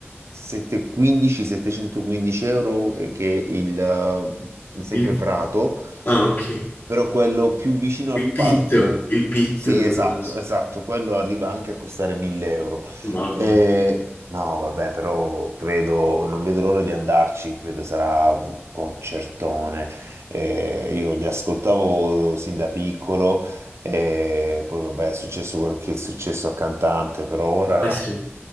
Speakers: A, on the right; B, on the left.
A: 715, 715 euro, eh, che è il, eh, sempre
B: Il-
A: Prato.
B: Ah, ok.
A: Però quello più vicino al
B: Il pitto,
A: palco,
B: il pitto
A: sì,
B: dovrebbe
A: esatto,
B: essere.
A: esatto, quello arriva anche a costare 1000 euro.
B: Mamma.
A: Eh, no, vabbè, però credo, non vedo l'ora di andarci, credo sarà un concertone. Eh, io li ascoltavo sin da piccolo, eh, poi vabbè, è successo quel che è successo al cantante, però ora
B: mia. Eh sì.